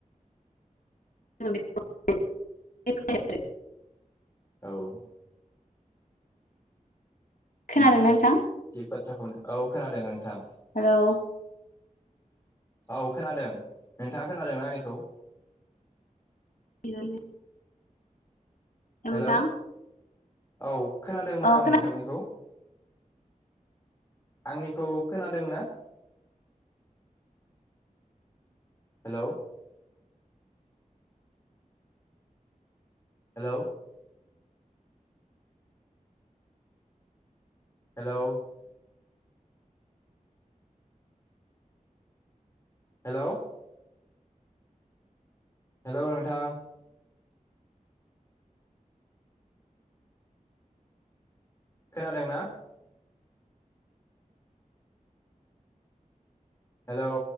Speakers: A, on the left; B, on the left.
A: <unintelligible>
B: औ
A: <inaudible> खोनादोंना
B: नोंथाङा
A: नोंथां?
B: थिग बाथ्राखौनो औ खोनादों नोंथां।
A: हेलौ
B: औ खोनादों। नोंथाङा खोनादोंना आंनिखौ?
A: <unintelligible> <unintelligible> नोंथां।
B: हेलौ औ खोनादोंमोन
A: औ
B: आं नोंथांनिखौ आंनिखौ खोनादों ना? Hello hello hello hello hello नोंथां। खोनादोंना? हेलौ